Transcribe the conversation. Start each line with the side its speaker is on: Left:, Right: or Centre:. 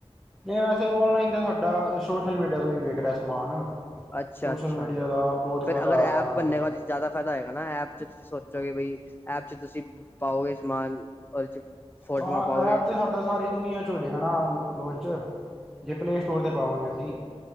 Centre: ਨਹੀਂ ਵੈਸੇ ਓਨਲਾਈਨ ਤਾਂ ਸਾਡਾ, ਸੋਸ਼ਲ ਮੀਡੀਆ ਤੋਂ ਵੀ ਵਿਕ ਰਿਹਾ ਸਮਾਨ।
Left: ਅੱਛਾ-
Centre: ਸੋਸ਼ਲ
Left: ਅੱਛਾ,
Centre: ਮੀਡੀਆ ਦਾ ਬਹੁਤ
Left: ਫੇਰ
Centre: ਫਾਇਦਾ
Left: ਅਗਰ
Centre: ਆ
Left: ਐਪ
Centre: ਰਿਹਾ ਹਾਂਜੀ
Left: ਬਣਨੇ ਬਾਦ, ਜਾਦਾ ਫਾਇਦਾ ਹੋਏਗਾ ਨਾ, ਐਪ 'ਚ, ਤੁਸੀਂ ਸੋਚੋਗੇ ਬਈ ਐਪ 'ਚ ਤੁਸੀਂ ਤਾਂ ਉਹੀ ਸਮਾਨ ਉ ਚ, ਫੋਟੋਆਂ
Centre: ਹਾਂ
Left: ਪਾਓਗੇ
Centre: ਐਪ
Left: ਜ਼ਿਆਦਾ
Centre: ਤੇ ਸਾਡਾ
Left: ਵਿਕੇਗਾ
Centre: ਸਾਰੀ
Left: ਉਹਦੇ
Centre: ਦੁਨੀਆਂ ਚ ਹੋਜੇਗਾ ਨਾ। ਲੋਨਚ, ਜੇ ਪਲੇ ਸਟੋਰ ਤੇ ਪਾਵਾਂਗੇ ਅਸੀਂ।